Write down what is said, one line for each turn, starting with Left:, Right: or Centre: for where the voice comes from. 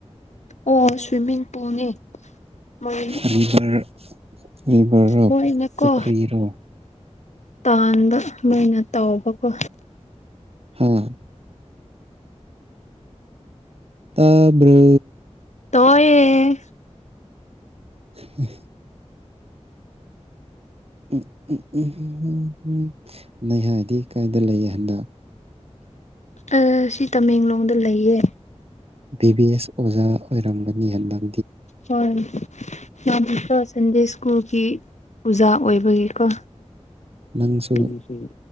Left: ꯑꯣ ꯁ꯭ꯋꯤꯝꯃꯤꯡ ꯄꯨꯜꯅꯤ ꯃꯣꯏ
Right: ꯔꯤꯕꯔ ꯔꯤꯕꯔꯔꯣ
Left: ꯃꯣꯏꯅꯀꯣ
Right: ꯄꯨꯈ꯭ꯔꯤꯔꯣ
Left: ꯇꯥꯟꯕ ꯃꯣꯏꯅ ꯇꯥꯎꯕꯀꯣ
Right: ꯍꯝ ꯇꯥꯕ꯭ꯔꯣ
Left: ꯇꯑꯣꯌꯦ
Right: <inaudible> ꯎꯝ ꯎꯝ ꯎꯝ ꯎ ꯎ ꯎ ꯅꯩꯍꯥꯗꯤ ꯀꯥꯏꯗ ꯂꯩ ꯍꯟꯗꯛ
Left: ꯑ ꯁꯤ ꯇꯃꯦꯡꯂꯣꯡꯗ ꯂꯩꯌꯦ
Right: ꯕꯤ ꯕꯤ ꯑꯦꯁ ꯑꯣꯖꯥ ꯑꯣꯏꯔꯝꯕꯅꯤ ꯍꯟꯗꯛ
Left: ꯍꯣꯏ ꯌꯥꯝ ꯍꯀ ꯁꯟꯗꯦ ꯁ꯭ꯀꯨꯜꯒꯤ ꯄꯨꯖꯥ ꯑꯣꯏꯕꯒꯤꯀꯣ
Right: ꯅꯪꯁꯨ
Left: ꯎꯝꯁ